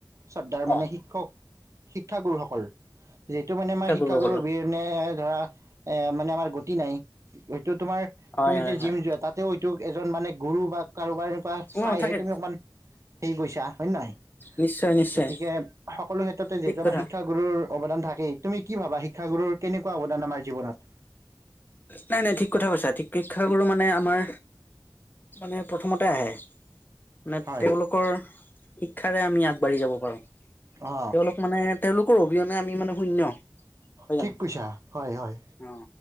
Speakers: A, on the right; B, on the left.
A: শ্ৰদ্ধাৰ মানে
B: অ
A: শিক্ষক শিক্ষা গুৰুসকল যিহেতু মানে
B: শিক্ষা
A: আমাৰ শিক্ষাগুৰু
B: গুৰুসকলৰ
A: অবিহনে ধৰা এ মানে আমাৰ গতি নাই টো তোমাৰ
B: হয়
A: তুমি
B: হয়
A: যে
B: হয়
A: জিম যোৱা তাতে তোক এজন মানে গৰু বা কাৰোবাৰ এনেকুৱা
B: অ
A: চাইহে
B: থাকে
A: তুমি অকমান সেই কৈছা হয় নে নহয়
B: নিশ্চয়। নিশ্চয়
A: গতিকে সকলো ক্ষেত্ৰতে
B: ঠিক
A: যিহেতু আমাৰ
B: কথা
A: শিক্ষাগুৰুৰ অৱদান থাকেই তুমি কি ভাবা শিক্ষাগুৰুৰ কেনেকুৱা অৱদান আমাৰ জীৱনত
B: নাই নাই ঠিক কথা কৈছা ঠিক শিক্ষাগুৰু মানে আমাৰ মানে প্ৰথমতে আহে মানে
A: হয়
B: তেওঁলোকৰ শিক্ষাৰে আমি আগবাঢ়ি যাব পাৰোঁ,
A: অ
B: তেওঁলোক মানে, তেওঁলোকৰ অবিহনে আমি মানে শূন্য হয়
A: ঠিক
B: জানো
A: কৈছা হয় হয়
B: অ